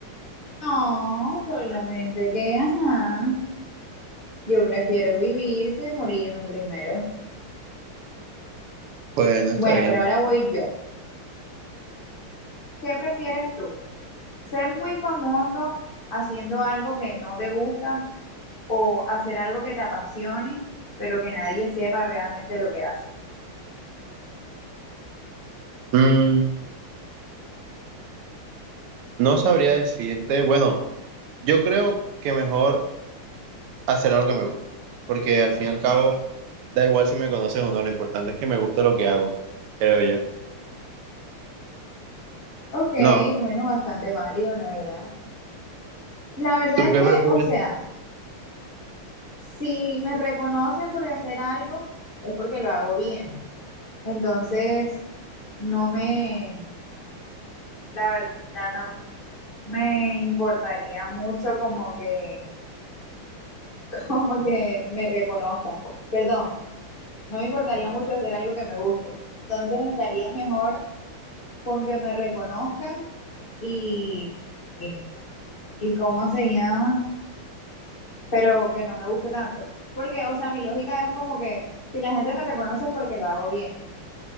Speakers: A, on the left (about 75°); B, on the right (about 85°).
A: No, solamente que, ajá. Yo prefiero vivir que morirme primero.
B: Bueno, está
A: Bueno,
B: bien.
A: pero ahora voy yo. ¿Qué prefieres tú? ¿Ser muy famoso haciendo algo que no te gusta o hacer algo que te apasione, pero que nadie sepa realmente lo que haces?
B: Mm, no sabría decirte. Bueno, yo creo que mejor hacer algo que me gusta. Porque al fin y al cabo, da igual si me conoces o no, lo importante es que me guste lo que hago, creo yo.
A: Ok,
B: No,
A: bueno, bastante válido, la verdad. La verdad
B: ¿tú
A: es
B: qué
A: que,
B: prefieres?
A: o sea, si me reconocen por hacer algo, es porque lo hago bien. Entonces, no me, la verdad, no me importaría mucho como que como que me reconozca. Perdón, no me importaría mucho hacer algo que me guste. Entonces estaría mejor con que me reconozcan y, y, y cómo se llama, pero que no me guste tanto. Porque, o sea, mi lógica es como que si la gente me reconoce es porque lo hago bien.